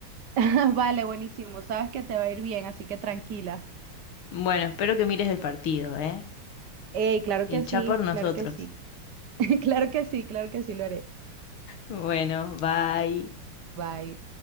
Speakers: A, on the right (about 60°); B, on the left (about 90°).
A: <laughs> Vale, buenísimo. Sabes que te va a ir bien, así que tranquila.
B: Bueno, espero que mires el partido, ¿eh?
A: Ey, claro
B: Hinchá
A: que sí,
B: por nosotros.
A: claro que sí. <laughs> Claro que sí, claro que sí, lo haré.
B: Bueno, bye.
A: Bye.